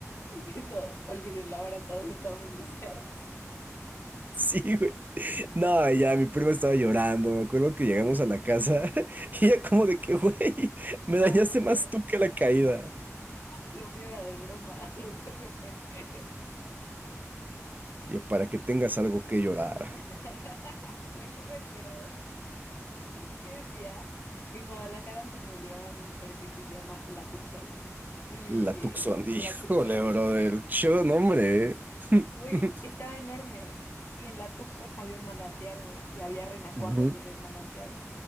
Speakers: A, on the left; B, on the right.
A: Y todos, olvídenlo, ahora todos estamos lisiados.
B: Sí, güey. No, ya mi prima estaba llorando. Me acuerdo que llegamos a la casa <laughs> y ella como de que, güey, me
A: Ah,
B: dañaste más tú que la caída.
A: lo mío era de broma, <laughs> lo tuyo fue en serio.
B: Y yo, para que tengas algo que llorar.
A: <laughs> Güey, yo me acuerdo. ¿Qué día? En Guadalajara antes nos llevaban a un parque que se llama La Tuxón. Y
B: La Tucson, <laughs>
A: La
B: híjole,
A: Tuxón,
B: brother. Chido nombre, ¿eh?
A: güey,
B: <laughs>
A: estaba enorme. Y en La Tuxón había un manantial, güey, y había renacuajos
B: Ujú.
A: en el manantial.